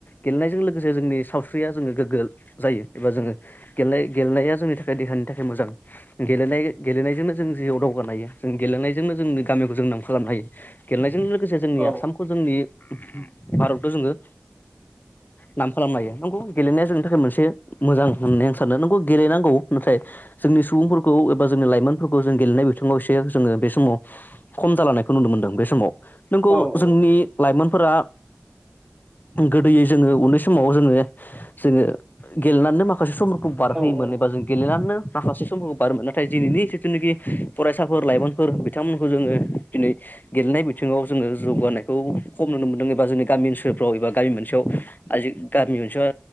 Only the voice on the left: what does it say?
गेलेनायजों लोगो लोगोसे जोंनि साव फुख्रिया जोंङो गोग्गो जायो एबा जोंङो गेले गेलेनाया जोंनि थाखाय देहानि थाखाय मोजां गेलेनाय गेलेनायजोंनो जों जिउआव दावगानो हायो जों गेलेनायजोंनो जोंनि गामिखौ जों नाम खालामनो हायो गेलेनायजों लोगोसे जोंनि
आसामखौ जोंनि बारावथ' जोंङो नाम खालामनो हायो। नंगौ गेलेनाया जोंनि थाखाय मोनसे मोजां होननानै आं सानो नंगौ गेलेनांगौ नाथाय जोंनि सुबुंफोरखौ एबा जोंनि लाइमोनफोरखौ जों गेलेनाय बो <unintelligible> जोंङो बे समाव खम जालांनायखौ नुनो मोनदों बे समाव। नंगौ
जोंनि लाइमोनफोरा गोदोयै जोङो उन्दै स समाव जोङो जोङो गेलेनानैनो माखासे समफोरखौ बारहोयोमोन
एबा जों गेलेनानैनो माखासे समफोरखौ बारोमोन। नाथाय दिनैनि जि जिनिखि फरायसाफोर लाइमोनफोर बिथांमोन खौ जोङो दिनै गेलेनाय बिथिङाव जोङो जौगानाय खौ खम नुनो मोनदों एबा जोंनि गामि ओनसोलफ्राव एबा गामि मोनसेयाव आजि गामिआवसो